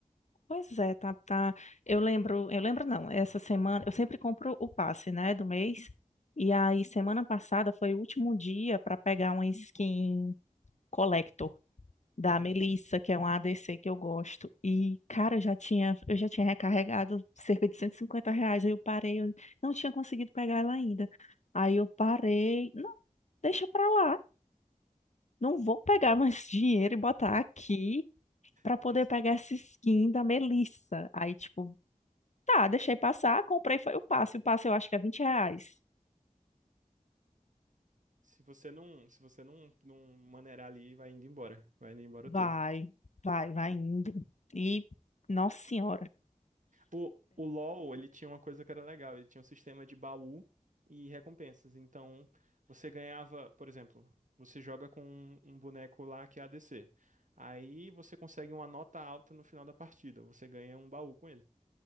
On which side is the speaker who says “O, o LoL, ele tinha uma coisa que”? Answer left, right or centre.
Right